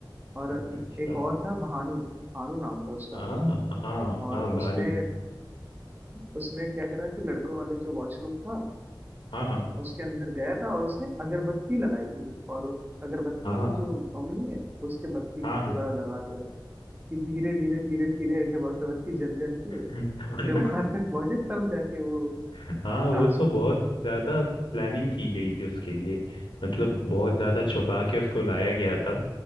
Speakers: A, on the right; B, on the left.
A: और
B: अच्छा
A: एक और था भानु भानु नाम था उसका
B: हाँ हाँ हाँ
A: और
B: हाँ, भानु
A: उसने उसने क्या करा कि लड़कों वाले जो वॉशरूम था
B: हाँ हाँ
A: उसके अंदर गया था और उसने अगरबत्ती लगाई थी और अगरबत्ती
B: हाँ
A: और जो बम नहीं है उसके बत्ती
B: हाँ
A: को पूरा लगा दिया था कि धीरे धीरे धीरे धीरे जब अगरबत्ती जल जल के
B: हाँ <laughs>
A: जब वहां तक पहुंचे तब जाके वो
B: हाँ
A: ब्लास्ट
B: वो तो बहुत
A: हुए
B: ज्यादा प्लानिंग की गई थी उसके लिए मतलब बहुत ज्यादा छुपा के उसको लाया गया था